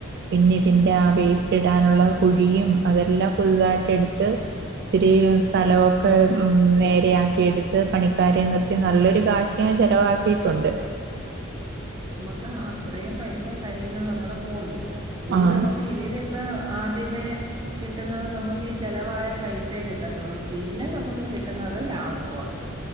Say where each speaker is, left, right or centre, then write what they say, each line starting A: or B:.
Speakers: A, on the right (about 50°); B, on the right (about 20°).
A: പിന്നെ ഇതിന്റെ ആ വേസ്റ്റ് ഇടാനുള്ള കുഴിയും അതെല്ലാം പുതുതായിട്ട് എടുത്ത് ഇത്തിരി സ്ഥലമൊക്കെ ഉംനേരെ ആക്കി എടുത്ത് പണിക്കാരെ നിർത്തി നല്ലൊരു കാശ് ഞാൻ ചെലവാക്കിയിട്ടുണ്ട്
B: ക്ക് അത്രയും പൈസ കയ്യീന്ന് നമ്മടെ പോയി ഇനി
A: ആ <unintelligible>
B: നമുക്ക് ഇതിൽ നിന്ന് ആദ്യമേ കിട്ടുന്നത് നമുക്ക് ഈ ചെലവായ പൈസയെ കിട്ടത്തുള്ളൂ പിന്നെ നമുക്ക് കിട്ടുന്നത് ലാഭമാണ്